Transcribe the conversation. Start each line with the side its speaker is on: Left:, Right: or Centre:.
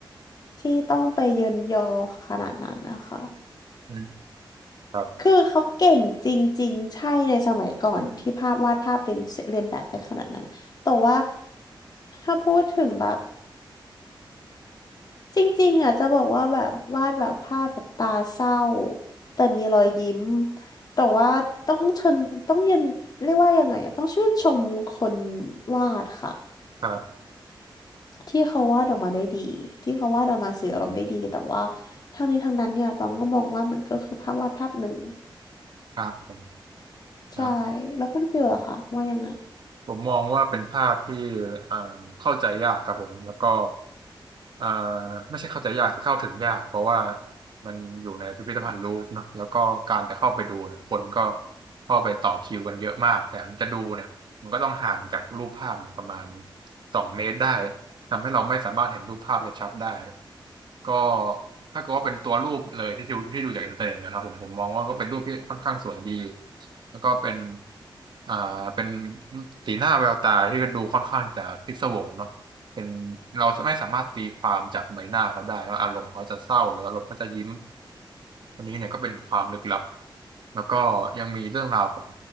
Left: ที่ต้องไปเยินยอขนาดนั้นนะคะ
Right: อืมครับ
Left: คือเขาเก่งจริงๆใช่ในสมัยก่อนที่ภาพวาดภาพเลียนเลียนแบบไปขนาดนั้นแต่ว่าถ้าพูดถึงแบบจริงๆอ่ะจะบอกว่าแบบวาดแบบภาพแบบตาเศร้าแต่มีรอยยิ้มแต่ว่าต้องชนต้องเยินเรียกว่ายังไงอะต้องชื่นชมคนวาดค่ะ
Right: ครับ
Left: ที่เขาวาดออกมาได้ดีที่เขาวาดออกมาสื่ออารมณ์ได้ดีแต่ว่าทั้งนี้ทั้งนั้นเนี่ยตองก็มองว่ามันก็คือภาพวาดภาพหนึ่ง
Right: ครับผม
Left: ใช่
Right: นะ
Left: แล้วคุณฟิลล่ะคะว่ายังไง
Right: ผมมองว่าเป็นภาพที่เอ่อเข้าใจยากครับผมแล้วก็เอ่อไม่ใช่เข้าใจยากคือเข้าถึงยากเพราะว่ามันอยู่ในพิพิธภัณฑ์ลูฟร์เนาะแล้วก็การจะเข้าไปดูเนี่ยคนก็เข้าไปต่อคิวกันเยอะมากแต่มันจะดูเนี่ยมันก็ต้องห่างจากรูปภาพเนี่ยประมาณสองเมตรได้ ทำให้เราไม่สามารถเห็นรูปภาพได้ชัดได้ก็ถ้าเกิดว่าเป็นตัวรูปเลยที่ดูที่ดูจากอินเทอร์เน็ตนะครับผมผมมองว่าก็เป็นรูปที่ค่อนข้างสวยดีแล้วก็เป็นอ่าเป็นสีหน้าแววตาที่ดูค่อนข้างจะพิศวงเนาะเป็นเราไม่สามารถตีความจากใบหน้าเขาได้ว่าอารมณ์เขาจะเศร้าหรืออารมณ์เขาจะยิ้มอันนี้เนี่ยก็เป็นความลึกลับแล้วก็ยังมีเรื่องราวของ